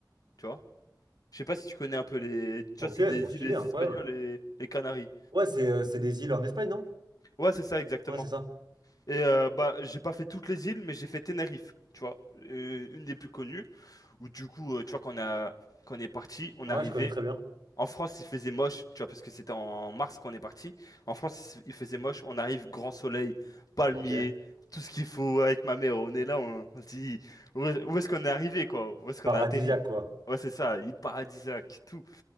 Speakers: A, on the left; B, on the right.
A: tu vois. Je sais pas si tu connais un peu les... Tu
B: Ok,
A: vois, c'est des
B: trop stylé,
A: îles les
B: incroyable.
A: Espagnoles et les Canaries.
B: Ouais, c'est euh, c'est des îles en Espagne, non?
A: Ouais, c'est ça, exactement.
B: Ouais, c'est ça.
A: Et euh, bah, j'ai pas fait toutes les îles, mais j'ai fait Tenerife, tu vois, euh, une des plus connues, où du coup, euh, tu vois, quand on a, quand on est parti, on
B: Ouais,
A: est arrivé.
B: je connais très bien.
A: En France, il faisait moche, tu vois, parce que c'était en mars qu'on est parti. En France, il faisait moche, on arrive, grand soleil, palmier,
B: Ok.
A: tout ce qu'il faut avec ma mère. On est là, on, on se dit, où, est- où est-ce qu'on est arrivé, quoi? Où est-ce qu'on
B: Paradisiaque,
A: a atterri?
B: quoi.
A: Ouais, c'est ça, île paradisiaque, tout.